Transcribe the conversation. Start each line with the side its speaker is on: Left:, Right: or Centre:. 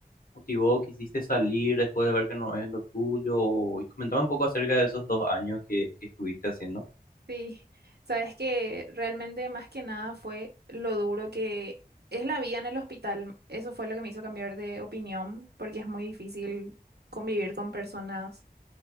Left: motivó? ¿Quisiste salir después de ver que no es lo tuyo? Y comentaba un poco acerca de esos dos años que, que estuviste haciendo.
Right: Sí, sabes que realmente más que nada fue lo duro que es la vida en el hospital. Eso fue lo que me hizo cambiar de opinión, porque es muy difícil convivir con personas